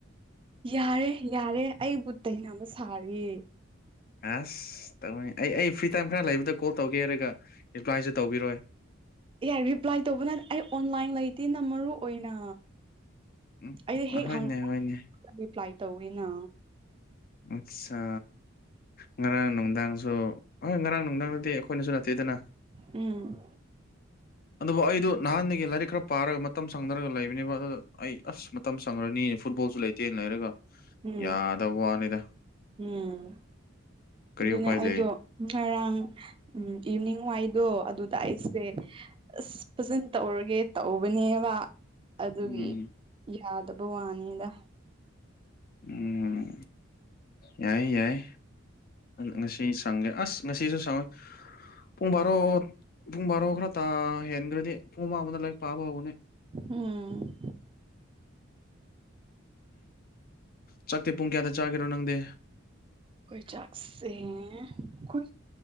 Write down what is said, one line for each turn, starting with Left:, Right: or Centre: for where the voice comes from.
Right: ꯌꯥꯔꯦ ꯌꯥꯔꯦ ꯑꯩꯕꯨ ꯇꯥꯏꯅꯕ ꯁꯥꯔꯤꯌꯦ
Left: ꯑꯁ ꯇꯧꯅꯤꯡ ꯑꯩ ꯑꯩ ꯐ꯭ꯔꯤ ꯇꯥꯏꯝ ꯈꯔ ꯂꯩꯕꯗ ꯀꯣꯜ ꯇꯧꯒꯦ ꯍꯥꯏꯔꯒ ꯔꯤꯄ꯭ꯂꯥꯏꯁꯨ ꯇꯧꯕꯤꯔꯣꯏ
Right: ꯌꯥꯏ ꯔꯤꯄ꯭ꯂꯥꯏ ꯇꯧꯕꯅ ꯑꯩ ꯑꯣꯟꯂꯥꯏꯟ ꯂꯩꯇꯦꯅ ꯃꯔꯨ ꯑꯣꯏꯅ
Left: ꯎꯝ
Right: ꯑꯩꯗꯤ ꯍꯦꯛ
Left: ꯍꯣꯏꯅꯦ
Right: ꯍꯪꯕ
Left: ꯍꯣꯏꯅꯦ
Right: ꯔꯤꯄ꯭ꯂꯥꯏ ꯇꯧꯋꯤꯅ
Left: ꯑꯆꯥ ꯉꯔꯥꯡ ꯅꯨꯡꯗꯥꯡꯁꯨ ꯍꯣꯏ ꯉꯔꯥꯡ ꯅꯨꯡꯗꯥꯡ ꯇꯦ ꯑꯩꯈꯣꯏꯅꯁꯨ ꯅꯠꯇꯦꯗꯅ
Right: ꯎꯝ
Left: ꯑꯗꯨꯕꯨ ꯑꯩꯗꯨ ꯅꯍꯥꯟꯗꯒꯤ ꯂꯥꯏꯔꯤꯛ ꯈꯔ ꯄꯥꯔꯒ ꯃꯇꯝ ꯁꯪꯗꯔꯒ ꯂꯩꯕꯅꯦꯕ ꯑꯗꯨꯗ ꯑꯩ ꯑꯁ ꯃꯇꯝ ꯆꯪꯉꯔꯅꯤ ꯐꯨꯠꯕꯣꯜꯁꯨ ꯂꯩꯇꯦꯅ ꯂꯩꯔꯒ
Right: ꯎꯝ
Left: ꯌꯥꯗꯕ ꯋꯥꯅꯤꯗ
Right: ꯎꯝ
Left: ꯀꯔꯤ
Right: ꯑꯗꯨꯅꯦ
Left: ꯎꯄꯥꯏ
Right: ꯑꯩꯗꯣ
Left: ꯂꯩ
Right: ꯉꯔꯥꯡ ꯏꯕꯤꯅꯤꯡ ꯋꯥꯏꯗꯣ ꯑꯗꯨꯗ ꯑꯩꯁꯦ ꯑꯁ ꯐꯖꯅ ꯇꯧꯔꯒꯦ ꯇꯧꯕꯅꯦꯕ ꯑꯗꯨꯒꯤ
Left: ꯎꯝ
Right: ꯌꯥꯗꯕ ꯋꯥꯅꯤꯗ
Left: ꯎꯝ ꯌꯥꯏ ꯌꯥꯏ ꯉꯁꯤ ꯑꯁ ꯉꯁꯤꯁꯨ ꯁꯪꯉꯣꯏ ꯄꯨꯡ ꯕꯥꯔꯣ ꯄꯨꯡ ꯕꯥꯔꯣ ꯈꯔ ꯇꯥ ꯍꯦꯟꯈ꯭ꯔꯗꯤ ꯄꯨꯡ ꯑꯃ ꯑꯃꯗ ꯂꯥꯏꯔꯤꯛ ꯄꯥꯕ ꯍꯧꯕꯅꯤ
Right: ꯎꯝ
Left: ꯆꯥꯛꯇꯤ ꯄꯨꯡ ꯀꯌꯥꯗ ꯆꯥꯒ‌ꯦꯔꯣ ꯅꯪꯗꯤ
Right: ꯈ‌ꯣꯏ ꯆꯥꯛꯁꯦ ꯈ‌ꯣꯏ